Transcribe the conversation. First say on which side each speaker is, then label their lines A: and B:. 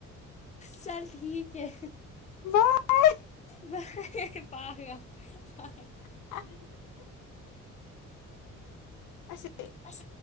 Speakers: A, on the left; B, on the left.
A: چل ٹھیک ہے
B: بائے
A: بائے باۓ بائے
B: <unintelligible> اچھا
A: اچھا